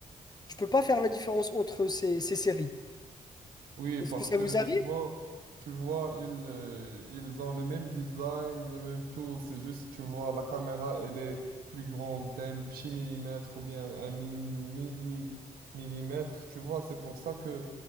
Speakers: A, on the left (about 25°); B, on the right (about 85°).
A: Je peux pas faire la différence entre ces, ces séries.
B: Oui,
A: Est-ce
B: parce
A: que ça
B: que
A: vous arrive?
B: tu vois, tu vois, ils, euh, ils ont le même design, les mêmes tout. C'est juste, tu vois, la caméra, elle est plus grande d'un petit millimètre ou bien un milli millimètre. Tu vois, c'est pour ça que